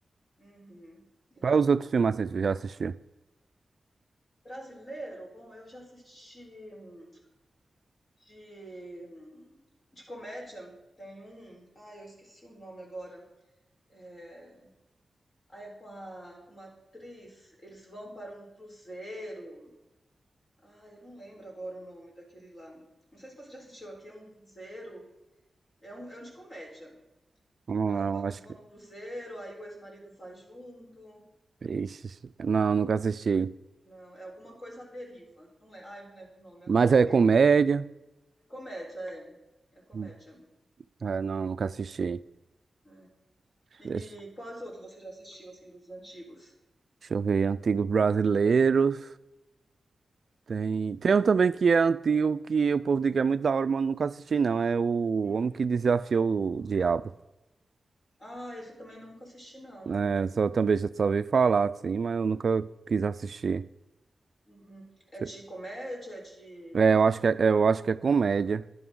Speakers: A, on the left; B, on the right.
A: Uhum, é.
B: Quais os outros filmes
A: Ah,
B: assim que tu já assistiu?
A: Brasileiro, bom, eu já assisti hum, de, de comédia. Tem um. Ah, eu esqueci o nome agora. É, ah, é com, a, com uma atriz. Eles vão para um cruzeiro. Ah, eu não lembro agora o nome daquele lá. Não sei se você já assistiu aqui, um cruzeiro. É um, é um de comédia.
B: Não,
A: Elas
B: não,
A: vão,
B: acho
A: eles vão
B: que.
A: no cruzeiro, aí o ex-marido vai junto.
B: Ixi, não, nunca assisti.
A: Não, é alguma coisa à deriva. Não, le- ah, eu não lembro o nome agora.
B: Mas é comédia.
A: É Comédia, é. É comédia.
B: Hum. É, não, nunca assisti.
A: é.
B: Deixa,
A: E, e quais outros você já assistiu, assim, dos antigos?
B: deixa eu ver, antigos brasileiros. Tem, tem um também que é antigo, que o povo diz que é muito da hora, mas nunca assisti, não. É o
A: Hum.
B: Homem que Desafiou o Diabo.
A: Ah, esse eu também nunca assisti, não.
B: É, só, também já só ouvi falar, assim, mas eu nunca quis assistir.
A: Uhum. É
B: Deixa
A: de comédia? É de.
B: É,
A: O que
B: eu
A: que
B: acho que
A: é?
B: é, eu acho que é comédia.